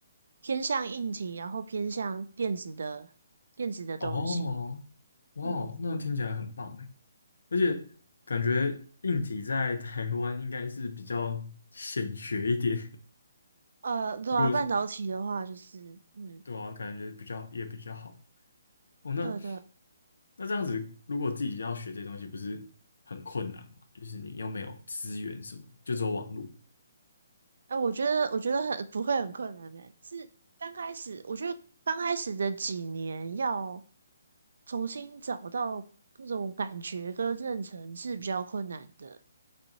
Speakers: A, on the right (about 75°); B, on the left (about 75°).
A: 偏向硬体，然后偏向电子的电子的东西。
B: 哦哇哦，
A: 嗯，
B: 那听起来很棒哎，而且感觉硬体在台湾应该是比较显学一点，
A: 呃，
B: <laughs>
A: 对啊，
B: 如果是
A: 半导体的话就是，嗯，
B: 对啊，感觉比较也比较好哦。那
A: 对对，
B: 那这样子，如果自己要学这些东西，不是很困难吗？就是你又没有资源什么，就走网路。
A: 哎、我觉得我觉得很不会很困难的、是刚开始，我觉得刚开始的几年要重新找到那种感觉跟认成是比较困难的。